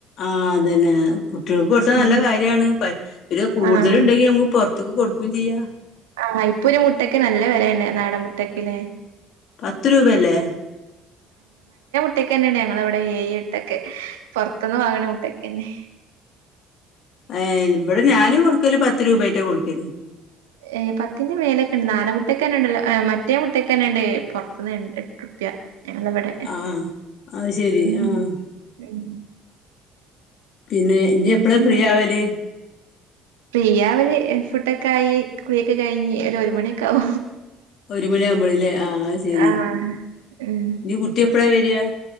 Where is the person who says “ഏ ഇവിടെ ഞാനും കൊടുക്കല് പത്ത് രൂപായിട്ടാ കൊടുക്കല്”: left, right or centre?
Left